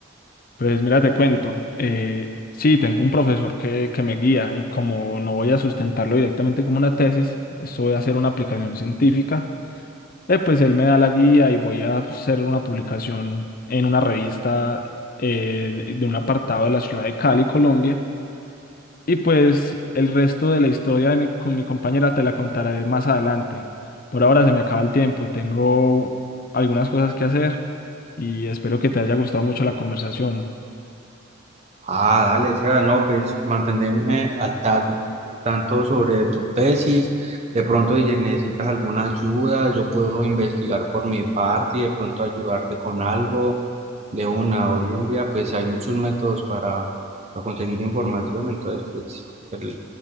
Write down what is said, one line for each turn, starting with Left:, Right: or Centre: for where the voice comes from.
Left: Pues mira, te cuento, eh, sí, tengo un profesor que, que me guía y como no voy a sustentarlo directamente como una tesis, esto voy a hacer una aplicación científica, eh, pues él me da la guía y voy a hacer una publicación en una revista eh, de de un apartado de la ciudad de Cali, Colombia Y pues el resto de la historia de mi, con mi compañera te la contaré más adelante. Por ahora se me acaba el tiempo, tengo algunas cosas que hacer y espero que te haya gustado mucho la conversación.
Right: Ah, dale, Seba, no, pues mantenerme al tanto, al tanto sobre tu tesis. De pronto, si necesitas alguna ayuda, yo puedo investigar por mi parte y de pronto ayudarte con algo de una. Hoy en día, pues hay muchos métodos para, para conseguir información, entonces, pues entre,